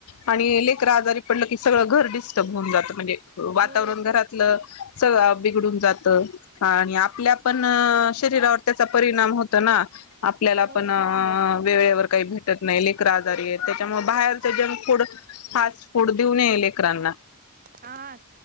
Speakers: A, on the left (about 75°); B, on the right (about 40°).
A: आणि लेकराजारी पडलं की सगळं घर डिस्टर्ब होऊन जात म्हणजे वातावरण
B: हो
A: घरातलं स बड जात आप पण शरीरावर त्याचा परिणाम होत ना आपल्याला
B: हो
A: पण वेळेवर काही भेट नाही लेकर आजारी त्याच्यामुळे बाहेरच जंक फूड फास्ट फूड देऊ नये लेकरांना
B: हां